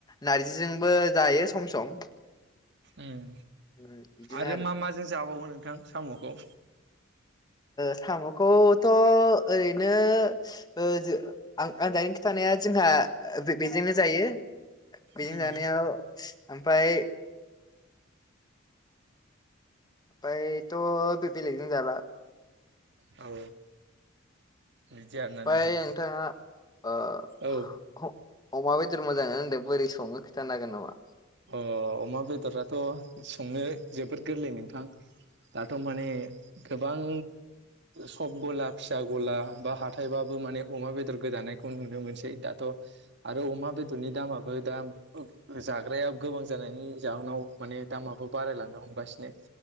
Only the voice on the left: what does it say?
नारजिजोंबो जायो सम सम
उम, बिदिनो
साम'खौथ' ओरैनो आं आं दानि खिथा नाया जोंहा बेजोंनो जायो बेजों
जानायाव ओमफ्राय। ओमफ्रायथ' बे बेलेगजों जाला।
ओमफ्राय
नोंथाङा अ
ख। अमा बेदर मोजांनो होनदों बोरै संनो खिथानो हागोन नामा।